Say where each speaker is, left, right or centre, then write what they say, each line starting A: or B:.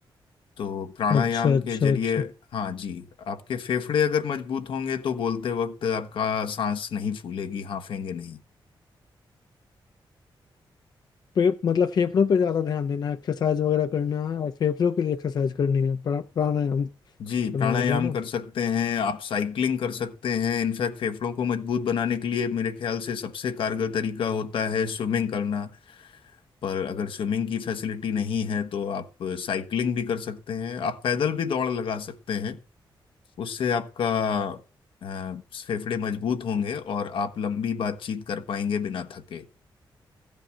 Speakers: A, on the left; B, on the left.
A: तो प्राणायाम
B: अच्छा अच्छा
A: के जरिए
B: अच्छा
A: हाँ जी आपके फेफड़े अगर मजबूत होंगे तो बोलते वक्त आपका सांस नहीं फूलेगी हांफेंगे नहीं
B: पे, मतलब फेफड़ों पे ज़्यादा ध्यान देना है एक्सरसाइज वगैरह करना है और फेफड़ों के लिए एक्सरसाइज करनी है प्रा, प्राणायाम करना
A: जी प्राणायाम
B: हो जाना
A: कर सकते हैं आप साइकिलिंग कर सकते हैं इनफैक्ट फेफड़ों को मजबूत बनाने के लिए मेरे ख्याल से सबसे कारगर तरीका होता है स्विमिंग करना पर अगर स्विमिंग की फैसिलिटी नहीं है तो आप साइकिलिंग भी कर सकते हैं आप पैदल भी दौड़ लगा सकते हैं उससे आपका अ, फेफड़े मजबूत होंगे और आप लंबी बातचीत कर पाएंगे बिना थके